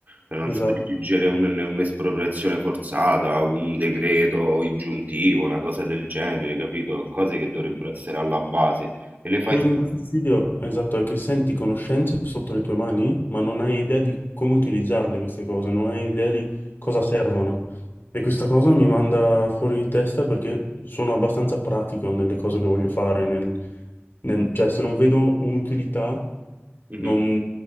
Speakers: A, on the right; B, on the left.
A: cioè non
B: esatto.
A: sa redigere un- un'espropriazione forzata, un decreto ingiuntivo, una cosa del genere, capito? Cose che dovrebbero essere alla base. E le fai...
B: Quello che mi dà fastidio, esatto, è che senti conoscenze sotto le tue mani, ma non hai idea di come utilizzarle queste cose, non hai idea di cosa servono. E questa cosa mi manda fuori di testa perché sono abbastanza pratico nelle cose che voglio fare, nel- nel- cioè se non vedo un'utilità
A: Mhm.
B: non,